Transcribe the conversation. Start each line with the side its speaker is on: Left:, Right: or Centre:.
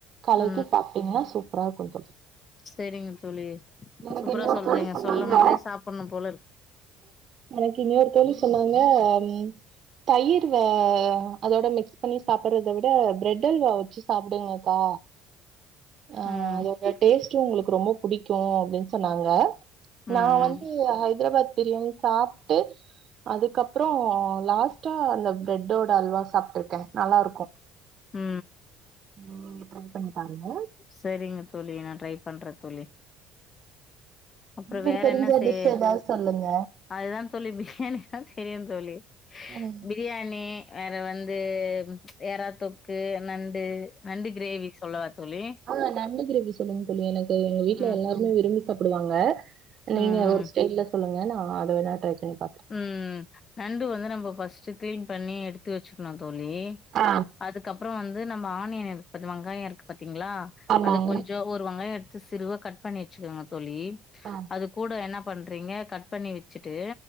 Right: கலக்கி
Left: ம்
Right: சாப்ட்டீங்கன்னா சூப்பரா இருக்கு தோழி
Left: சரிங்க தோழி
Right: எனக்கு
Left: சூப்பரா
Right: இன்னொரு
Left: சொல்றீங்க
Right: தோழி சொன்னாங்க
Left: சொல்லும் போதே சாப்படனு போல இருக்கு
Right: எனக்கு இன்னொரு தோழி சொன்னாங்க நீ தயிர் வ அதோட மிக்ஸ் பண்ணி சாப்பிடறத விட பிரெட் பிரெட் அல்வா வெச்சு சாப்டுங்கக்கா அ
Left: ம்
Right: அதோட டேஸ்ட் சூ உங்களுக்கு ரொம்ப புடிக்கு அப்டின்னு சொன்னாங்க
Left: ம்
Right: நா வந்து
Left: ம்
Right: ஹைதராபாத் பிரியாணி சா ட்டு அதுக்கப்றோ லாஸ்டா அந்த பிரெட்டோட அல்வா சாப்ட்டுருக்கேன் நல்லா இருக்கு
Left: ம்
Right: ம் ட்ரை பண்ணி பாருங்க
Left: சரிங்க தோழி நா ட்ரை பண்றன் தோழி அப்றோ
Right: உங்களுக்கு
Left: வேற
Right: தெரிஞ்ச
Left: என்ன செய்
Right: டிஷ் எதாவது சொல்லுங்க
Left: அதுதா தோழி பிரியாணி தா தெரியு தோழி
Right: ம்
Left: பிரியாணி வேற வந்து எறாத்தொக்கு நண்டு நண்டு கிரேவிக்கு சொல்லவா தோழி
Right: ஆ நண்டு கிரேவி சொல்லுங்க தோழி எனக்கு எங்க வீட்ல
Left: ம்
Right: எல்லாருமே விரும்பி சாப்டுவாங்க நீங்க
Left: ம்
Right: ஒரு
Left: ம்
Right: ஸ்டைல சொல்லுங்க நா அதை வேணா ட்ரை பண்ணி பாக்கறன்
Left: ம் நண்டு வந்து நம்ம ஃபஸ்ட்டு கிளீன் பண்ணி எடுத்து வச்சுக்கணு தோழி
Right: ஆ
Left: அதுக்கப்புற வந்து நம்ம ஆனியன் இருக்கு வெங்காய இருக்கு பாத்தீங்களா
Right: ஆமாங்க
Left: அது கொஞ்ச ஒரு வெங்காய சிறுவா கட் பண்ணி வெச்சுகங்க தோழி
Right: ஆ
Left: கூட என்ன பண்றீங்க கட் பண்ணி வெச்சுட்டு